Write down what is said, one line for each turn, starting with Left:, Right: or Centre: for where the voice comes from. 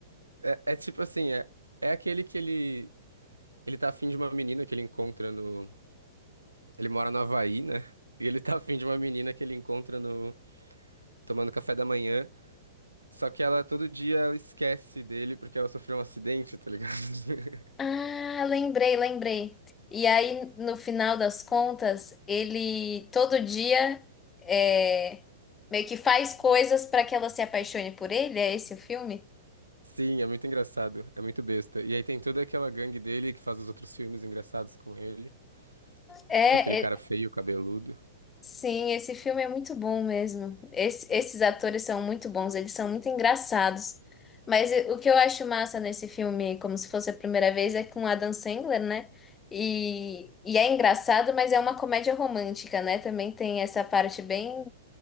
Right: É, é tipo assim, é, é aquele que ele, ele tá afim de uma menina que ele encontra no. Ele mora no Havaí, né? E ele tá afim de uma menina que ele encontra no. Tomando café da manhã. Só que ela todo dia ela esquece dele porque ela sofreu um acidente, tá ligado? <laughs>
Left: Ah, lembrei, lembrei. E aí, no final das contas, ele todo dia é, meio que faz coisas para que ela se apaixone por ele. É esse o filme?
Right: Sim, é muito engraçado, é muito besta. E aí tem toda aquela gangue dele que faz os outros filmes engraçados com ele,
Left: É,
Right: tipo aquele cara
Left: é-
Right: feio, cabeludo.
Left: sim, esse filme é muito bom mesmo. Esse- esses atores são muito bons, eles são muito engraçados. Mas e- o que eu acho massa nesse filme, como se fosse a primeira vez, é com Adam Sandler, né? E, e é engraçado, mas é uma comédia romântica, né? Também tem essa parte bem